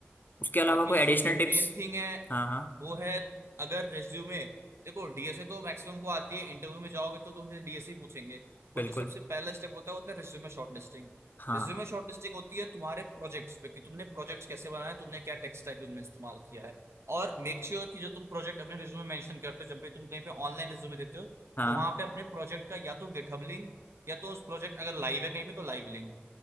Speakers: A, on the left (about 45°); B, on the right (about 80°).
A: उसके अलावा
B: बाकी
A: कोई
B: जो
A: एडिशनल
B: सबसे मेन
A: टिप्स
B: थिंग है
A: हाँ हाँ
B: वो है अगर रेज्यूमे देखो डीएसए तो मैक्सिमम को आती है इंटरव्यू में जाओगे तो तुमसे डीएसए पूछेंगे
A: बिल्कुल
B: बट जो सबसे पहला स्टेप होता है होता है रेज्यूमे शॉर्टलिस्टिंग
A: हाँ
B: रेज्यूमे शॉर्टलिस्टिंग होती है तुम्हारे प्रोजेक्ट्स पे कि तुमने प्रोजेक्ट्स कैसे बनाए तुमने क्या टेक स्टैक उनमें इस्तेमाल किया है और मेक श्योर sure कि जो तुम प्रोजेक्ट अपने रिज्यूमे मेंशन करते हो जब भी तुम कहीं पे ऑनलाइन रिज्यूमे देते हो
A: हाँ
B: तो वहां पे अपने प्रोजेक्ट का या तो गिटहब लिंक या तो उस प्रोजेक्ट अगर लाइव है कहीं पे तो लाइव लिंक